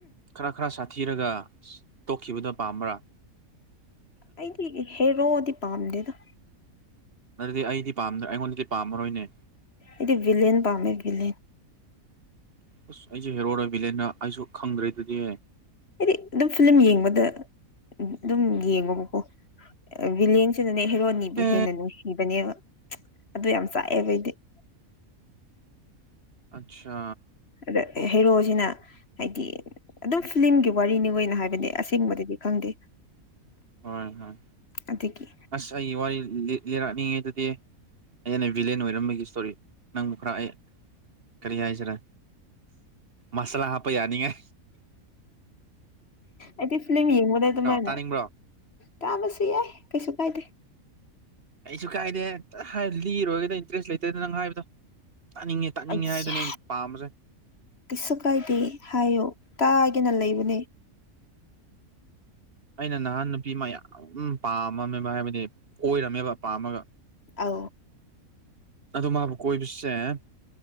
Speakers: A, on the right; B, on the left.
A: ꯈꯔ ꯈꯔ ꯁꯥꯊꯤꯔꯒ ꯇꯣꯛꯈꯤꯕꯗꯨꯣ ꯄꯥꯝꯕ꯭ꯔꯥ
B: ꯑꯩꯗꯤ ꯍꯦꯔꯣꯗꯤ ꯄꯥꯝꯗꯦꯗ
A: ꯑꯗꯨꯗꯤ ꯑꯩꯗꯤ ꯄꯥꯝꯗ꯭ꯔꯦ ꯑꯩꯉꯣꯟꯗꯗꯤ ꯄꯥꯝꯃꯔꯣꯏꯅꯦ
B: ꯏꯗꯤ ꯚꯂꯦꯟ ꯄꯥꯝꯃꯦ ꯂꯦꯟ
A: ꯑꯁ ꯑꯩꯁꯨꯦ ꯍꯦꯔꯣꯔ ꯕꯤꯂꯦꯟꯅ ꯑꯩꯁꯨ ꯈꯪꯗ꯭ꯔꯦ ꯑꯗꯨꯗꯤ
B: ꯍꯥꯏꯗꯤ ꯑꯗꯨꯝ ꯐꯤꯂꯝ ꯌꯦꯡꯕꯗ ꯑꯗꯨꯝ ꯌꯦꯡꯉꯣꯕꯀꯣ ꯚ ꯁꯤꯅꯅꯦ ꯍꯦꯔꯣꯅꯤꯕꯨ
A: ꯑꯦ
B: ꯍꯦꯟꯅ ꯅꯨꯡꯁꯤꯕꯅꯦꯕ ꯑꯗꯨ ꯌꯥꯝ ꯆꯥꯛꯑꯦꯕ ꯑꯩꯗꯤ <unintelligible>
A: ꯑꯠꯆꯥ
B: ꯑꯗ ꯍꯦꯔꯣꯁꯤꯅ ꯍꯥꯏꯗꯤ ꯑꯗꯨꯝ ꯐꯤꯂꯝꯒꯤ ꯋꯥꯔꯤꯅꯤ ꯑꯣꯏꯅ ꯍꯥꯏꯕ ꯍꯥꯏꯕꯗꯤ ꯑꯁꯦꯡꯕꯗꯤꯗꯤ ꯈꯪꯗꯦ
A: ꯍꯣꯏ ꯍꯣꯏ
B: ꯑꯗꯒꯤ
A: ꯑꯁ ꯑꯩ ꯋꯥꯔꯤ ꯂꯤꯔꯛꯅꯤꯡꯉꯦ ꯑꯗꯨꯗꯤ ꯑꯩꯅ ꯚꯤꯂꯦꯟ ꯑꯣꯏꯔꯝꯕꯒꯤ ꯏꯁꯇꯣꯔꯤ ꯅꯪꯕꯨ ꯈꯔ ꯑꯩ ꯀꯔꯤ ꯍꯥꯏꯁꯤꯔꯦ ꯃꯁꯂ ꯍꯥꯍꯄ ꯌꯥꯅꯤꯉ
B: ꯑꯗꯤ ꯐꯤꯂꯝ ꯌꯦꯡꯕꯗ ꯇꯣꯃꯥꯏ
A: ꯇꯥꯅꯤꯡꯕ꯭ꯔꯣ
B: ꯇꯕꯁꯨ ꯌꯥꯏ ꯀꯩꯁꯨ ꯄꯥꯏꯗꯦ
A: ꯑꯩꯁꯨ ꯀꯥꯏꯗꯦ ꯂꯤꯔꯣꯏꯒꯗ ꯏꯟꯇꯔꯦꯁ ꯂꯩꯇꯦꯗ ꯅꯪ ꯍꯥꯏꯕꯗꯣ ꯇꯅꯤꯡꯉꯦ ꯇꯥꯛꯅꯤꯡꯉꯦ
B: ꯑꯩꯌꯥ
A: ꯍꯥꯏꯗꯨꯅ ꯑꯩꯅ ꯄꯥꯝꯕꯁꯦ
B: ꯀꯩꯁꯨ ꯀꯥꯏꯗꯦ ꯍꯥꯏꯌꯨ ꯇꯥꯒꯦꯅ ꯂꯩꯕꯅꯦ
A: ꯑꯩꯅ ꯅꯍꯥꯟ ꯅꯨꯄꯤ ꯃꯌꯥꯝ ꯄꯥꯝꯃꯝꯃꯦꯕ ꯍꯥꯏꯕꯗꯤ ꯑꯣꯏꯔꯝꯃꯦꯕ ꯄꯥꯝꯃꯒ
B: ꯑ
A: ꯑꯣ ꯃꯥꯕꯨ ꯀꯣꯏꯕꯁꯦ